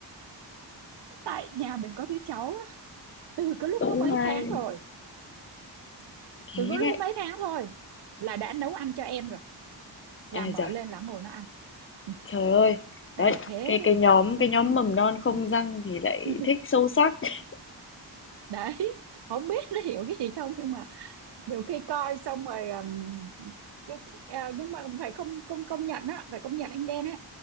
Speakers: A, on the right (about 65°); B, on the left (about 30°).
A: Tại nhà mình có đứa cháu á, từ cái lúc
B: cũng
A: nó mấy
B: hay.
A: tháng rồi,
B: Thế
A: từ cái lúc
B: đấy.
A: mấy tháng thôi là đã nấu ăn cho em rồi, là
B: À
A: mở
B: dạ,
A: lên là ngồi nó ăn. Ừ,
B: trời ơi.
A: hay
B: Đấy,
A: thế
B: cái
A: đấy.
B: cái nhóm cái nhóm mầm non không răng thì lại
A: Ừ.
B: thích sâu sắc. <laughs>
A: đấy không biết nó hiểu cái gì không nhưng mà nhiều khi coi xong rồi ừm, cái, à, nhưng mà phải không không công nhận á phải công nhận anh Đen á